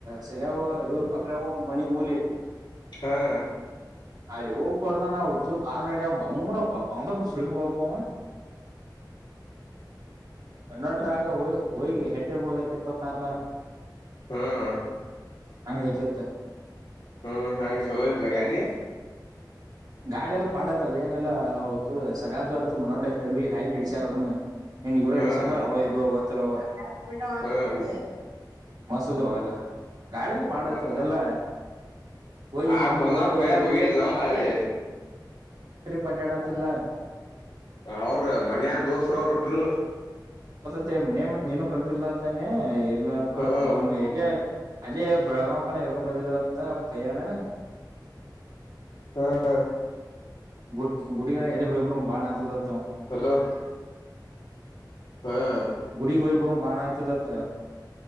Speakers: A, on the right; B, on the left.
A: ಸದ್ಯ ಇವ್ ಪಕ್ರ ಹ ಮನಿ ಮೂಲಿ ಇಲ್ಲಿ
B: ಹಾ
A: ಅಲ್ಲಿ ಯೂ ಹೂಡದಾನ ಅವ ಚ ಕಾರ್ ಕಡ ಬಣ ಪೌಂತ ಬಿಟ್ಟ ಸಳಿ ಮಗ ಒಬ್ಬವ ಕಂಡಟ್ರಾಗ ಹೂಯ್ ಹೋಗ್ಗಿ ಹೆಟ್ಟೆ ಬುಡದ ಆ ತರ್ಲ
B: ಹ್ಮ್
A: ಹಂಗೈ ಕೆತ್ತ
B: ಹ ಹಾ ಸಗಯಿತ ನ ಗಾಡಿ
A: ಗಾಡಿ ಎಲ್ಲಾ ಪಾಡೈತ ಅದ ಏನೆಲ್ಲ ತ ಸಗಾದ ಬರ್ತಿ ಮನೊಂಡ ಹೆವಿ ಹೈಟ್ ಇಡಿಸ್ಯಾರ ಅದನ್ನ ನೀನ್ ಇವರ
B: ಹ್ಮ್
A: ಇಡ್ ಸಾರ ಅವ ಇದುವ ಚಲ <unintelligible>
B: ಹ್ಮ್
A: ಮಸೂದ ಅವೆಲ್ಲ ಗಾಡೆಲ್ಲ ಪಾಡ
B: ಹ್ಮ್
A: ಅದೆಲ್ಲ ಹೋಗಿ ಇಲ್ಲಿ
B: ಆಗ
A: ಮತ್
B: ಬಂದ
A: ಮುದೋಳಕ್ ಹೋಗಿ
B: ಪಯ
A: ಎಲ್ಲಿ
B: ಹೋಗಿಲಲ್ಲ ಹೋಳ್ಳಿ
A: ಪಂಡ್ಯಾಡಿತಲ್ಲ
B: ಅವರು ಮನ್ಯಾರ್ ದೋಸರು ಅವರು ಹೊಟ್ರು
A: ಮ ಮನ್ಯಾಗ ಮತ್ತ ನೀನು ಕರ್ದಿಲ್ಲ <inaudible> ಎಲ್ಲಪ್ಪಾ
B: ಹ್ಮ್
A: ಹಮ್ಮಲ್ಲ ಅಲ್ಲಿ ಬೆಳಗಾವ ಕನ ಹೇಕೊ ಬಂದಿದ್ರತ್ತ ಭಯ್ಯಾಣ
B: ಹ್ಮ
A: ಗುಡಿ ಗುಡಿಗಡೆ ಎದೆೇ ಹ್ರ ಬಾಣಚತ
B: ಹಲೋ ಹ್ಮ್
A: ಗುಡಿ ಹೂಗ ಬರೋ ಬಾಣಚ ತ್ತ